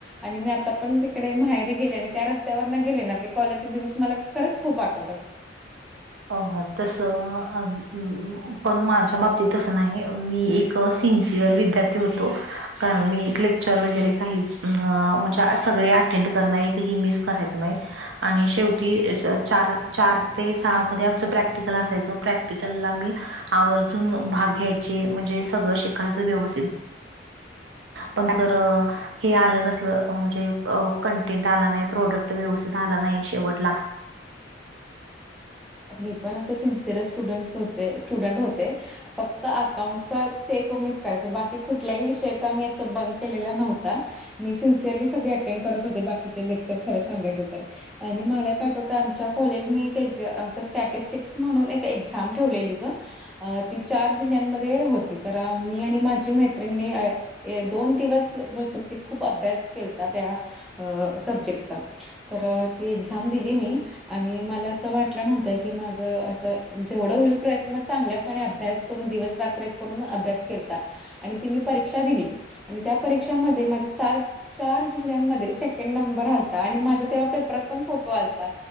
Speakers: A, in the centre; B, on the right.
A: आणि मी आता पण तिकडे माहेरी गेले आणि त्या रस्त्यावर ना गेले ना ते कॉलेजचे दिवस मला खरंच खूप आठवतात..
B: अ तसं पण माझ्या बाबतीत तसं नाही मी एक.. सिन्सिअर विद्यार्थी होतो. कारण मी लेक्चर वगैरे काही म्हणजे सगळे अटेंड करणं एकही मिस करायचं नाही. आणि शेवटी चार चार ते सहा. मध्ये आमचं प्रॅक्टिकल असायचं प्रॅक्टिकलला आ्ही आवर्जून भाग घ्यायच म्हणजे सगळं शिकायचं व्यवस्थित..
A: ह
B: पण जर. हे आलं नसलं म्हणजे कंटेंट आला नाही प्रोडक्ट व्यवस्थित आला नाही शेवटला..
A: मी पण असं सि्सिअर स्टुडंट् होते स्टुडंट होते. फक्त अकाउंटचा ते एक मिस करायचं बाकी कुठल्याही विषयाचा मही असं बंग केलेला नव्हता. मी सिन्सिअरली सगळे अटेंड करत होते बाकीचे लेक्चर खरच सांगायच तर. आणि मला आठवत आमच्या कॉलेजनी काही.. अस स्टॅटिस्टिक्स म्हणून एक एक्झाम ठेवलेली ग. अ ती चार जिल्ह्यांमध्ये होती तर मी आणि माझी मैत्रिणीणी- दोन दिवस बसून ते खूप अभ्यास केतात त्या सब्जेक्टचा तर ती एक्झाम दिली मी आणि मला असं वाट- ्हत की माझ अस जेवढ होईल प्रयत्न चांगल्याप अभ्यास करून दिवस रात- ून अभ्यास के आणि ती मी परीक्षा दिली आणि त्या परीक्षामध्ये माझ चार. चार जिल्ह्यांमध्ये सेकंड नंबर आलता आणि माझा तेव्हा पेपरात पण फोटो आलता.